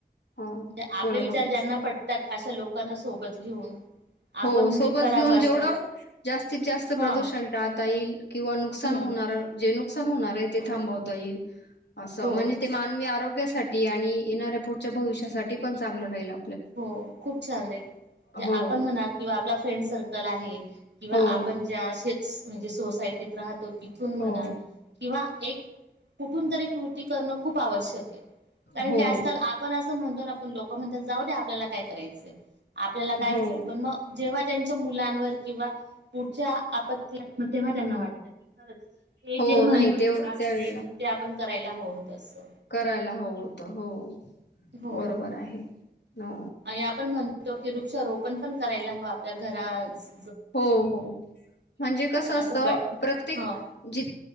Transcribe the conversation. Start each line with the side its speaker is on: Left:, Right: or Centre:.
Left: ह
Right: म्हणजे आपले
Left: बोला
Right: विचार
Left: बोला
Right: ज्यांना पडतात. अशा लोकांना सोबत घेऊन. आपण
Left: हो
Right: म्हणजे
Left: सोबत
Right: करावं
Left: घेऊन जेवढं
Right: असं
Left: जास्तीत जास्त
Right: हा
Left: प्रदूषण. म्हणत आता ईल किवा नुकसान
Right: हम्म
Left: होनार जे नुक नुकसान होणार हे ते थांबवता येईल. असं
Right: हो
Left: म्हणजे ते मानवी आरोग्यास साठी आणि येणाऱ्या पूढच्या भविष्यासाठी पण चांगलं राहिलं.
Right: हो खूप छान राहील तो
Left: हो
Right: आपण म्हना. किंवा आपला फ्रेंड सर्कल आहे. किंवा
Left: हो
Right: आपण जे आशेच म्हणजे सोसायटीत राहतो. तीथून म्हणा
Left: हो
Right: किंवा. एक कुठून तरी कृती करणं खूप आवश्य कारण
Left: हो
Right: की आजकाल आपण अस म्हणतो ना, लोक म्हणतात जाऊव दे आप आपल्याला काय करायचंय. आपल्याला काय
Left: हो
Right: होईल पण म जेव्हा. त्यांच्या मुलांनवर किंवा पुढच्या आपत्ती <unintelligible> तेव्हा त्यांना वाटतं कि खरच. ते
Left: हो
Right: जे म्हणत
Left: नाही
Right: होते ना ते
Left: त्यावेेळेला
Right: ते आपण. करायला हवं होत असं.
Left: करायला हवं होत हो
Right: हो
Left: बरोबर आहे हो
Right: आणि आपण म्हणतो की वृक्षारोपण पण करायला हवं आपल्या घरच
Left: हो हो म्हणजे कसं
Right: असं
Left: असत
Right: बट
Left: प्रत्येक
Right: ह
Left: ज